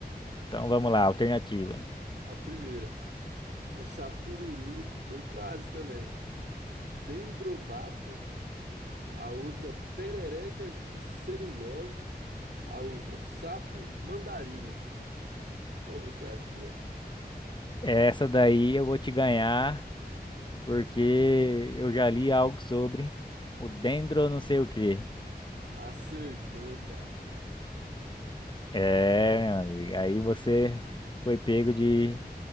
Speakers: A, on the left (about 30°); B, on the right (about 85°).
A: Então vamos
B: Ó,
A: lá, alternativa.
B: a primeira é o sapo cururu, foi quase também. Dendrobato, a outra perereca de celulose, a outra sapo mandarina. Qual você acha que é?
A: Essa daí eu vou te ganhar. porque eu já li algo sobre o dendro não sei o quê.
B: Acertou, cara.
A: É,
B: É.
A: meu amigo, aí você foi pego de